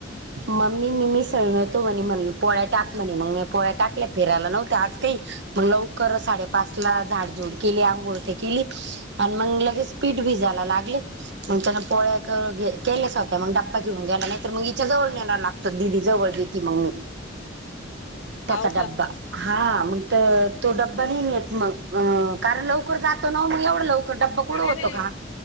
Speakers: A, on the right; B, on the left.
A: मम्मी मी मिसळ ळतो म्हणे पोळ्या टाक म्हणे मग म पोळ्या टाकल्या फिरायला नव्हत आज काही. मग लवकर साडेपाच ला झाडजुड केली आंघोळ ते केली. आणि मग लगेच पीठ भिजायला लागले. मग त्याना पोळ्या केल्याच होत मग डबबा घेऊन गेयला नाही तर मग हिच्या जवळ न्यायला लागतो दिदी. जवळ भीती मगून त्याचा
B: हाव
A: डब्बा.
B: का?
A: हा म्ह तो डब्बा नाही नेत मग. अं कारण लवकर जातो ना मग एवढं लवकर डब्ब कुडं
B: काय
A: होतो
B: रे?
A: का